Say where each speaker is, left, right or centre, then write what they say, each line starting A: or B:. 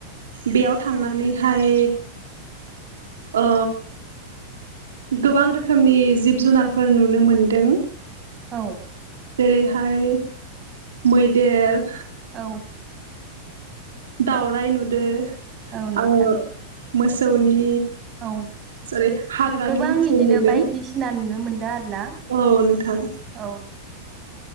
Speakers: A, on the right (about 85°); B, on the right (about 35°).
A: बेयाव थांनानैहाय ओ गोबां रोखोमनि जिब जुनारफोर नुनो मोनदों।
B: औ
A: जेरैहाय मैदेर
B: औ
A: दावराय नुदो
B: औ नोंथां
A: आरो मोसौनि
B: औ
A: जेरै हाग्रानि
B: गोबां
A: मोसौ
B: इदिनो
A: नुदों
B: बायदिसिना नुनो मोनद ना
A: औ नोंथां
B: औ।